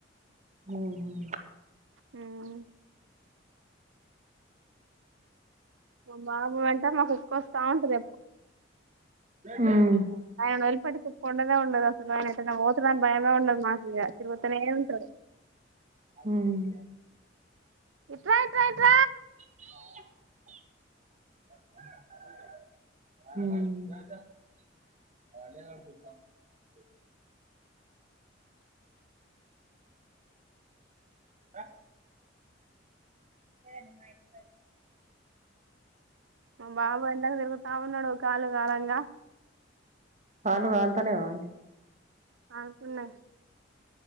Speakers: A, on the right (about 40°); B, on the right (about 85°).
A: ఉమ్ ఉ
B: మ్ మా బాబు వెంట మా కుక్క వస్తా ఉంటది
A: <inaudible> ఉమ్
B: అయనను వదిలి పెట్టి కుక్క ఉండనే ఉండదు అసలు ఆయన ఏటన్న పోతాడు అని భయమే ఉండది మాకు ఇగ తిరుగుతనే ఉంటారు.
A: మ్మ్
B: ఇట్రా ఇట్రా ఇట్ర
A: అ <inaudible> మ్ ఆ <inaudible> సరే అండి మా ఇంటి
B: మా బాబు ఎండకి తిరుగు ఆ వున్నాడు కాలు కాలంగా
A: కాళ్ళు కాల్త లేవ అండి
B: అనుకున్నాయి